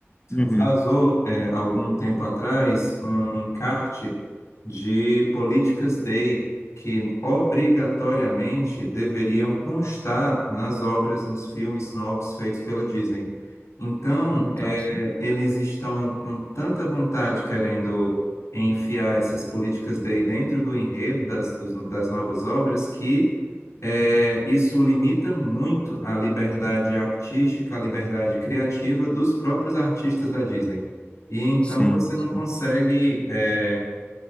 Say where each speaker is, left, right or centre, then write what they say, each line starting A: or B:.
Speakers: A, on the left (about 25°); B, on the left (about 80°).
A: Uhum.
B: Vazou, é, algum tempo atrás um encarte de políticas Day que obrigatoriamente deveriam constar nas obras, nos filmes novos feitos pela Disney. Então, é,
A: Nossa,
B: eles estão com tanta vontade querendo enfiar essas políticas Day dentro do enredo das, dos- das novas obras que é, isso limita muito a liberdade artística, a liberdade criativa dos próprios artistas da Disney. E então
A: sim,
B: você não
A: sim.
B: consegue, é,